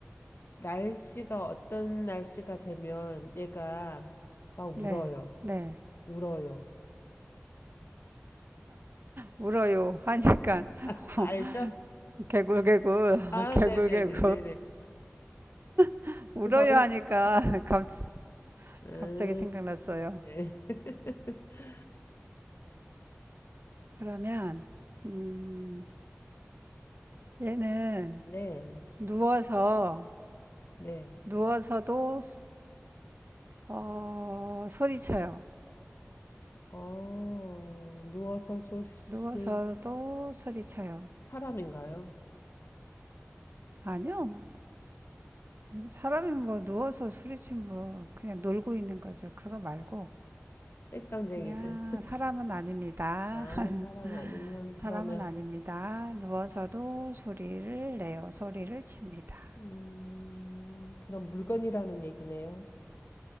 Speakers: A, on the left; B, on the right.
A: 날씨가 어떤 날씨가 되면 얘가 막 울어요.
B: 네, 네.
A: 울어요.
B: 울어요 하니까
A: 네. 알죠?
B: <laughs> 개굴개굴, <laughs>
A: 아,
B: 개굴개굴.
A: 네네네네네.
B: <laughs> 울어요
A: 그 더,
B: 하니까 <laughs> 갑,
A: <laughs> 음,
B: 갑자기 생각났어요.
A: 네. <laughs>
B: 그러면, 음, 얘는
A: 네.
B: 누워서,
A: 네.
B: 누워서도, 어, 소리쳐요.
A: 어, 누워서 소리칠
B: 누워서도 소리쳐요.
A: 사람인가요?
B: 아니요. 사람이 뭐 누워서 소리치면 뭐 그냥 놀고 있는 거죠. 그거 말고
A: 땡깡쟁이들.
B: 야, 사람은 아닙니다.
A: 아,
B: <laughs>
A: 사람 아니면
B: 사람은
A: 그러면
B: 아닙니다. 누워서도 소리를 내요. 소리를 칩니다.
A: 음, 그럼 물건이라는 얘기네요.